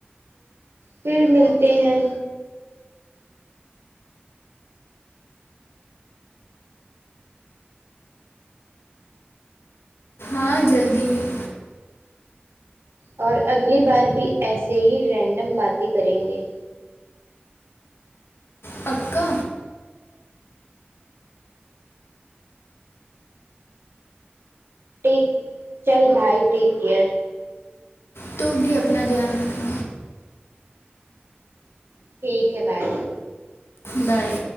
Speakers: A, on the right; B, on the left.
A: پھر ملتے ہیں
B: ہاں جلدی ہی
A: اور اگلی بار بھی ایسے ہی رینڈم باتیں کریں گے
B: پکا
A: ٹیک چل بھائی ٹیک کیئر
B: تو بھی اپنا دھیان رکھنا
A: ٹھیک ہے بائے
B: بائے